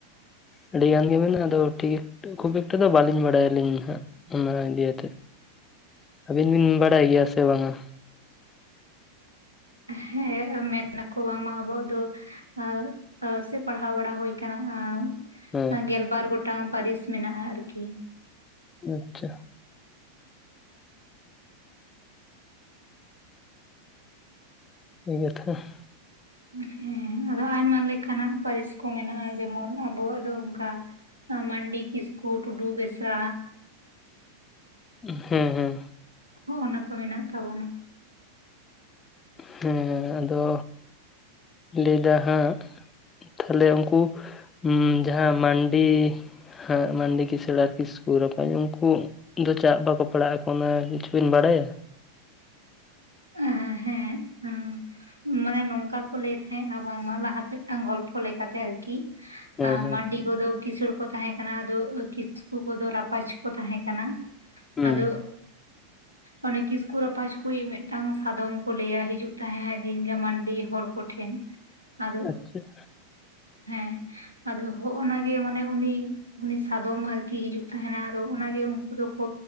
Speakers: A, on the left; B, on the right.
A: ᱟᱹᱰᱤ ᱜᱟᱱ ᱜᱮ ᱢᱮᱱᱟᱜᱼᱟ ᱟᱫᱚ ᱴᱷᱤᱠ ᱠᱷᱩᱵ ᱮᱠᱴᱟ ᱫᱚ ᱵᱟᱹᱞᱤᱧ ᱵᱟᱲᱟᱭᱟ ᱟᱞᱤᱧ ᱫᱚ ᱦᱟᱸᱜ? ᱚᱱᱟ ᱤᱫᱤᱭ ᱟᱛᱮ᱾
B: <inaudible>
A: ᱟᱹᱵᱤᱱ ᱵᱤᱱ ᱵᱟᱰᱟᱭ ᱜᱮᱭᱟ ᱥᱮ ᱵᱟᱝᱟ?
B: ᱦᱮᱸ ᱢᱮᱱᱟ ᱠᱚ ᱵᱟᱝᱢᱟ ᱟᱵᱚᱣᱟᱜ ᱫᱚ᱾ <unintelligible> ᱥᱮ ᱯᱟᱲᱦᱟᱣ ᱵᱟᱲᱟ ᱦᱩᱭ ᱟᱠᱟᱱᱟ ᱦᱟᱸᱜ
A: ᱦᱮᱸ
B: ᱜᱮᱞᱵᱟᱨ ᱜᱚᱴᱟᱝ ᱯᱟᱹᱨᱤᱥ ᱢᱮᱱᱟᱜᱼᱟ ᱟᱨᱠᱤ᱾
A: ᱟᱪᱪᱷᱟ᱾ <unintelligible>
B: ᱦᱮᱸ ᱟᱫᱚ ᱟᱭᱢᱟ ᱞᱮᱠᱟᱱᱟᱜ ᱯᱟᱹᱨᱤᱥ ᱠᱚ ᱢᱮᱱᱟᱜᱼᱟ ᱡᱮᱢᱚᱱ ᱟᱵᱚᱣᱟᱜ ᱫᱚ ᱚᱱᱠᱟ᱾ ᱢᱟᱱᱰᱤ ᱠᱤᱥᱠᱩ ᱴᱩᱰᱩ ᱵᱮᱥᱨᱟ᱾
A: ᱦᱮᱸ ᱦᱮᱸ᱾
B: ᱦᱚᱜ ᱚᱱᱟ ᱠᱚ ᱢᱮᱱᱟᱜ ᱛᱟᱵᱚᱱᱟ
A: ᱦᱮᱸ ᱟᱫᱚ ᱞᱟᱹᱭᱫᱟ ᱦᱟᱸᱜ ᱛᱟᱦᱚᱞᱮ ᱩᱱᱠᱩ ᱡᱟᱦᱟᱸ ᱢᱟᱱᱰᱤ ᱦᱮᱸ ᱢᱟᱱᱰᱤ ᱠᱤᱥᱟᱹᱬ ᱟᱨ ᱠᱤᱥᱠᱩ ᱨᱟᱯᱟᱡ ᱩᱱᱠᱩ <unintelligible> ᱪᱟᱜ ᱵᱟᱠᱚ ᱯᱮᱲᱟᱜ ᱟᱠᱚ ᱚᱱᱟ ᱠᱤᱪᱷᱩ ᱵᱤᱱ ᱵᱟᱲᱟᱭᱟ
B: ᱦᱮᱸ ᱦᱮᱸ ᱩᱸ ᱢᱟᱱᱮ ᱱᱚᱝᱠᱟ ᱠᱚ ᱞᱟᱹᱭ ᱛᱟᱦᱮᱸᱜ ᱟ ᱵᱟᱝ ᱢᱟ ᱞᱟᱦᱟ ᱛᱮ ᱜᱚᱞᱯᱚ ᱞᱮᱠᱟ ᱛᱮ ᱟᱨᱠᱤ ᱠᱤ
A: ᱦᱮᱸ
B: ᱮ
A: ᱦᱮᱸ
B: ᱢᱟᱱᱰᱤ᱾ ᱟᱫᱚ ᱠᱤᱥᱬ ᱠᱚ ᱛᱟᱦᱮᱸ ᱠᱟᱱᱟ ᱟᱫᱚ ᱠᱤᱥᱠᱩ ᱠᱚᱫᱚ ᱨᱟᱯᱟᱡᱽ ᱠᱚ ᱛᱟᱦᱮᱸ ᱠᱟᱱᱟ᱾
A: ᱦᱩᱸ
B: ᱟᱫᱚ ᱚᱱᱮ ᱠᱤᱥᱠᱩ ᱨᱟᱯᱟᱡᱽ ᱠᱩ ᱢᱤᱫᱴᱟᱝ ᱥᱟ᱾ ᱟᱫᱚᱢ ᱠᱚ ᱞᱟᱹᱭᱼᱟ ᱦᱤᱡᱩᱜ ᱛᱟᱦᱮᱸ ᱫᱤᱱ ᱜᱮ ᱢᱟᱱᱰᱤ ᱦᱚᱲ ᱠᱚ ᱴᱷᱮᱱ ᱟᱫᱚ᱾
A: ᱟᱪᱪᱷᱟ
B: ᱦᱮᱸ ᱟᱫᱚ ᱦᱚᱜᱼᱚ ᱱᱟ ᱜᱮ ᱢᱟᱱᱮ ᱩᱱᱤ᱾ ᱩᱱᱤ ᱥᱟᱫᱚᱢ ᱟᱨᱠᱤ ᱦᱤᱡᱩᱜ ᱛᱟᱦᱮᱱᱟ ᱟᱫᱚ ᱚᱱᱟᱜᱮ ᱩᱱᱠᱩ ᱫᱚᱠᱚ